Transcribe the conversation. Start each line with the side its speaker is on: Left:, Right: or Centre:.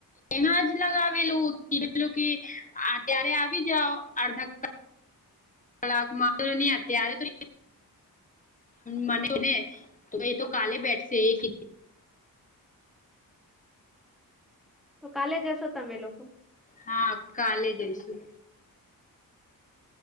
Left: ના જ લગાવેલું કીધેલું કેત્યારે આવી જાઓ અડધા કલાક કલાક મા તો ન આત આ તો મને તો એ તો કલે બેઠશે એ ક
Centre: તો કાલે જશો તમે લોકો
Left: હા કાલે જઈશું